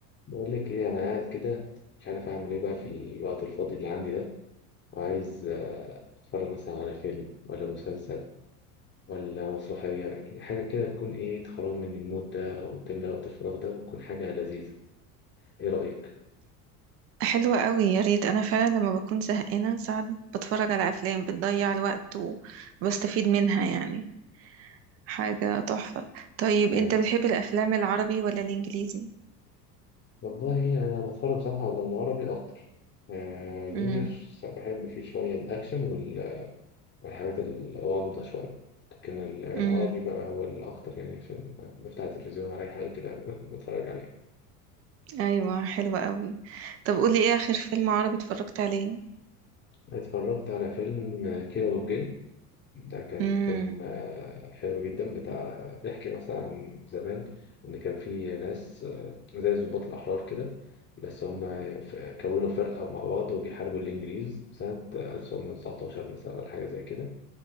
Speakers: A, on the left; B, on the right.
A: بقول لك ايه انا قاعد كده مش عارف اعمل ايه بقى في الوقت الفاضي اللي عندي ده وعايز آه، اتفرج مثلا على فيلم ولا مسلسل ولا مسرحية يعني حاجة كده تكون ايه تخرجني من المود ده او تملى وقت الفراغ ده وتكون حاجة لذيذة ايه رأيك؟
B: حلوة قوي يا ريت انا فعلا لما بكون زهقانة ساعات بتفرج على افلام بتضيع الوقت وبستفيد منها يعني حاجة تحفة طيب
A: آه،
B: انت بتحب الافلام العربي ولا الانجليزي
A: والله يعني انا بتفرج بصراحة على العربي اكتر آه، الانجليش
B: امم
A: بحب فيه شوية الاكشن وال- والحاجات الغامضة شوية لكن ال- العربي
B: امم
A: بقى هو الأكتر يعني عشان بفتح التلفزيون ولا أي حاجة كده <laughs> بتفرج عليها
B: ايوه حلوة قوي طب قولي ايه اخر فيلم عربي اتفرجت عليه
A: اتفرجت على فيلم كيرة والجن ده كان
B: امم
A: فيلم آه، حلو جدا بتاع بيحكي مثلا عن زمان ان كان في ناس آه، زي الضباط الاحرار كده بس هم ف- كونوا فرقة مع بعض وبيحاربوا الانجليز سنة 1919 مثلا ولا حاجة زي كده